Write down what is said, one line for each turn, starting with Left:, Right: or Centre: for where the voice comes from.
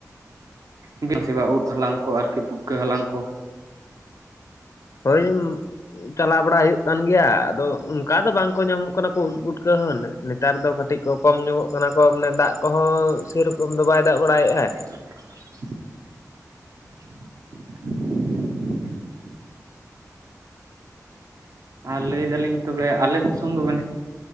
Right: ᱵᱤᱨ <unintelligible> ᱩᱫ ᱦᱟᱞᱟᱝ ᱠᱚ ᱟᱨᱠᱤ ᱯᱷᱩᱴᱠᱟᱹ ᱦᱟᱞᱟᱝ ᱠᱚ᱾
Left: ᱦᱳᱭ ᱪᱟᱞᱟᱣ ᱵᱟᱲᱟ ᱦᱩᱭᱩᱜ ᱠᱟᱱ ᱜᱮᱭᱟ, ᱟᱫᱚ ᱚᱱᱠᱟ ᱫᱚ ᱵᱟᱝᱠᱚ ᱧᱟᱢᱚᱜ ᱠᱟᱱᱟ ᱠᱚ ᱩᱫ ᱵᱩᱴᱠᱟᱹ ᱦᱚᱸ ᱱᱮᱛᱟᱨ ᱫᱚ ᱠᱟᱹᱴᱤᱡ ᱠᱚ ᱠᱚᱢ ᱧᱚᱜᱚᱜ ᱠᱟᱱᱟ ᱠᱚ ᱢᱟᱱᱮ ᱫᱟᱜ ᱠᱚᱦᱚᱸ ᱥᱮᱨᱚᱠᱚᱢ ᱫᱚ ᱵᱟᱭ ᱫᱟᱜ ᱵᱟᱲᱟᱭᱮᱫᱟᱭ᱾
Right: <unintelligible> ᱟᱨ ᱞᱟᱹᱭ ᱫᱟᱞᱤᱧ ᱛᱚᱵᱮ ᱟᱞᱮ ᱫᱤᱥᱚᱢ ᱫᱚᱵᱮᱱ